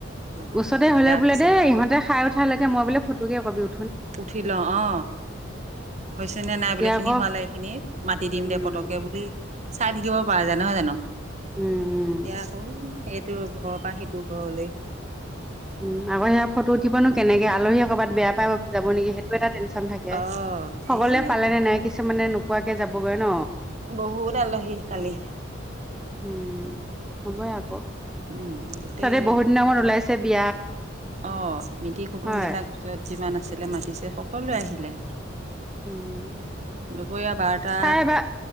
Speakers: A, on the right; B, in the centre.
A: বহুত
B: ওচৰতে
A: দিগদাৰ
B: হলে বোলে
A: হৈছে
B: দেই ইহঁতে খাই উঠালৈকে মই বোলে ফটোকে একপি উ
A: উঠিলওঁ অ। হৈছে নে নাই
B: এতিয়া
A: বোলে এইখিনি
B: আকৌ
A: হোৱালে সেইখিনি মাতি দিম
B: উম
A: দে পতকে বুলি চাই থাকিব পাৰে যে নহয় জানো
B: উম উম
A: এতিয়া আকৌ এইটো ঘৰৰ পৰা সেইটো ঘৰলৈ।
B: উম আকৌ সেয়া ফটো উঠিব নো কেনেকে আলহীয়ে কৰ'বাত বেয়া পাব যাব নেকি সেই এটা টেনশ্যন থাকে
A: অ
B: সকলোৱে
A: এই
B: পালে নে নাই কিছুমানে নোপোৱাকে যাবগৈ ন।
A: বহুত আলহী কালি।
B: উম হ'বই আকৌ
A: উম গোটেই
B: তাতে বহুত দিনৰ ওলাইছে বি
A: অ মিতিৰ কুটুম
B: হয়
A: বিলাক যত যিমান আছিলে মাতিছে সকলোৱে আহিলে।
B: উম
A: দুপৰীয়া বাৰটা
B: তাই বা